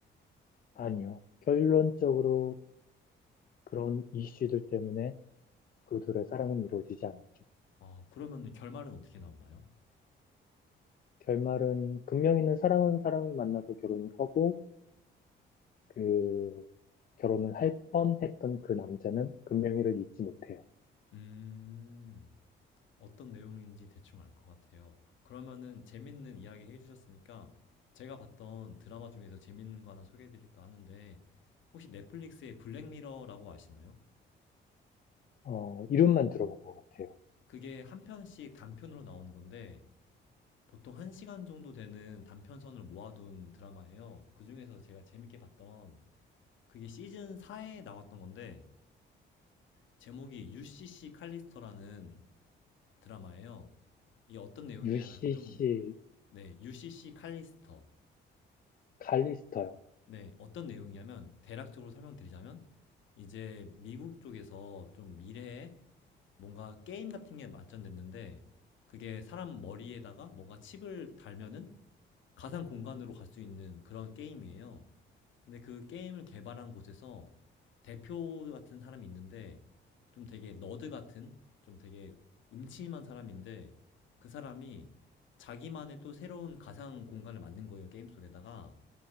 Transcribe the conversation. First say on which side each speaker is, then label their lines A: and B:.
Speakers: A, on the left (about 45°); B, on the left (about 75°).
A: 아니요. 결론적으로 그런 이슈들 때문에 그 둘의 사랑은 이루어지지 않았죠.
B: 아, 그러면 결말은 어떻게 나오나요?
A: 결말은 금명이는 사랑하는 사람을 만나서 결혼을 하고 그 결혼을 할 뻔했던 그 남자는 금명이를 잊지 못해요.
B: 음, 어떤 내용인지 대충 알 것 같아요. 그러면은 재밌는 이야기 해주셨으니까 제가 봤던 드라마 중에서 재밌는 거 하나 소개해드릴까 하는데 혹시 넷플릭스의 블랙미러라고 아시나요?
A: 어, 이름만 들어본 것 같아요.
B: 그게 한 편씩 단편으로 나오는 건데 보통 1시간 정도 되는 단편선을 모아둔 드라마예요. 그 중에서 제가 재밌게 봤던 그게 시즌 4에 나왔던 건데 제목이 UCC 칼리스터라는 드라마예요. 이게 어떤 내용이냐면
A: UCC
B: 좀 네, UCC 칼리스터.
A: 칼리스터요.
B: 네, 어떤 내용이냐면 대략적으로 설명드리자면 이제 미국 쪽에서 좀 미래에 뭔가 게임 같은 게 발전됐는데 그게 사람 머리에다가 뭔가 칩을 달면은 가상 공간으로 갈 수 있는 그런 게임이에요. 근데 그 게임을 개발한 곳에서 대표 같은 사람이 있는데 좀 되게 너드 같은 좀 되게 음침한 사람인데 그 사람이 자기만의 또 새로운 가상 공간을 만든 거예요 게임 속에다가